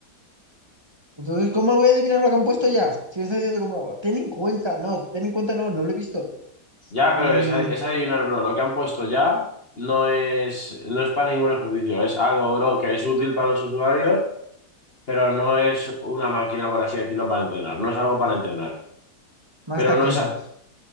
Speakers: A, on the right; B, on the left.
A: Entonces, ¿cómo voy a adivinar lo que han puesto ya? Si me estás diciendo como, ten en cuenta, no, ten en cuenta, no, no lo he visto.
B: Ya,
A: Mm,
B: pero es, a- es adivinar, bro. Lo que han puesto ya no es, no es para ningún ejercicio. Es algo, bro, que es útil para los usuarios, pero no es una máquina, por así decirlo, para entrenar. No es algo para entrenar.
A: más
B: Pero
A: taquillas.
B: no es... a-